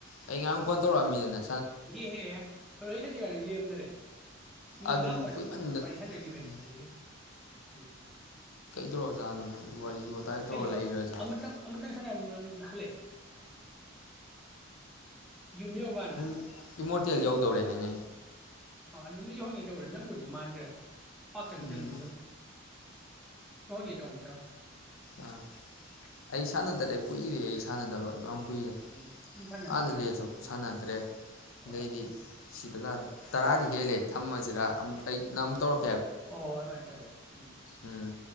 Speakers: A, on the left; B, in the centre.
A: ꯑꯩ ꯉꯔꯥꯡ ꯐꯣꯟ ꯇꯧꯔꯛꯑꯝꯃꯤꯗꯅꯦ
B: ꯍꯦꯍꯦꯍꯦ ꯑꯩ ꯍꯧꯖꯤ ꯀꯥꯏꯅ ꯂꯩꯔꯝꯗꯔꯦ ꯃꯤ
A: ꯑꯗꯨ
B: ꯂꯥꯛꯄ
A: ꯀꯨꯏꯃꯟꯗ
B: ꯁꯨꯝ ꯋꯥꯔꯤ ꯁꯥꯟꯅꯈꯤꯕꯩ
A: ꯎꯝ
B: ꯑꯗꯨꯒꯤ ꯎꯝ
A: ꯇ꯭ꯔꯣꯖꯥꯅꯣꯅ ꯋꯥꯔꯤ ꯋꯥꯇꯥꯏ ꯇꯧꯔ
B: ꯑꯩꯁꯨ
A: ꯂꯩꯒ꯭ꯔꯖꯥꯠꯂ
B: ꯑꯃꯇꯪ ꯑꯃꯇꯪ ꯁꯥꯟꯅꯕ ꯍꯜꯂꯛꯑꯦ ꯌꯨꯝ ꯌꯧꯀꯥꯟꯗ
A: ꯎꯝ ꯏꯃꯣꯔꯇꯦꯜ
B: ꯌꯨꯝ
A: ꯌꯧꯗꯧꯔꯦꯅꯦꯅꯦ
B: ꯑꯥ ꯑꯗꯨꯝꯗꯤ ꯌꯧꯍꯣꯡꯒꯦ ꯇꯧꯕꯔꯥ ꯅꯪꯗꯨꯗꯤ ꯃꯥꯟꯗ꯭ꯔꯦ ꯄꯥꯛ ꯆꯪꯅꯤꯡꯗꯕꯃꯤꯅ
A: ꯎꯝ
B: ꯁꯨꯝ ꯇꯧꯍꯟꯒꯦꯇꯧ ꯑꯝꯇꯪ
A: ꯑ ꯑꯩ ꯁꯥꯟꯅꯗ꯭ꯔꯦ ꯀꯨꯏꯔꯦ ꯑꯩ ꯁꯥꯟꯅꯗꯕ ꯀꯨꯏꯔꯦ
B: ꯎꯝ ꯁꯨꯝ ꯁꯥꯟꯅ
A: ꯑꯥꯗ
B: ꯅꯨꯡꯉꯥꯏꯒꯦ
A: ꯂꯩꯁꯨ
B: ꯇꯧꯕꯅꯦ
A: ꯁꯥꯟꯅꯗ꯭ꯔꯦ
B: ꯎꯝ ꯍꯣꯏ
A: ꯑꯗꯩꯗꯤ ꯁꯤꯗ ꯇꯔꯥꯗꯤ ꯍꯦꯜꯂꯦ ꯊꯝꯃꯁꯤꯔ ꯑꯃꯨꯛ ꯑꯩ ꯅꯪ ꯑꯃꯨꯛ ꯇꯧꯔꯛ
B: ꯍꯣꯏ ꯍꯣꯏ ꯑꯗꯨꯃꯥꯏꯅ ꯇꯧꯋꯤ ꯎꯝ
A: ꯎꯝ